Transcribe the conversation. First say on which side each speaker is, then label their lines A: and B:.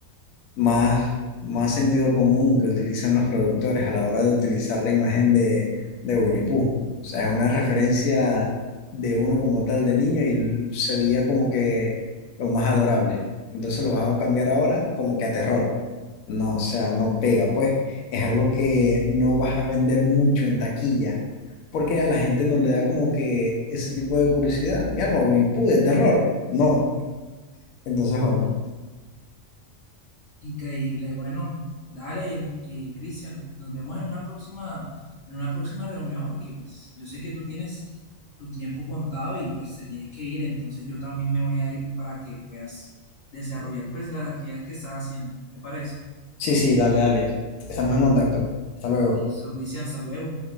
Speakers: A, on the left; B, on the left.
A: más, más sentido común que utilizan los productores a la hora de utilizar la imagen de, de Winnie Pooh. O sea, es una referencia de uno como tal de niño y se veía como que lo más adorable. Entonces lo vas a cambiar ahora como que a terror. No, o sea, no pega, pues. Es algo que no vas a vender mucho en taquilla, porque a la gente no le da como que ese tipo de curiosidad. Mi alma, Winnie Pooh de terror. No. Entonces, bueno.
B: Increíble, bueno, dale, eh, Cristian, nos vemos en una próxima, en una próxima reunión porque pues yo sé que tú tienes tu tiempo contado y pues te tienes que ir, entonces yo también me voy a ir para que puedas desarrollar pues las actividades que estás haciendo, ¿te parece?
A: Sí, sí, dale, dale. Estamos en contacto. Hasta luego.
B: Listo, Cristian, hasta luego.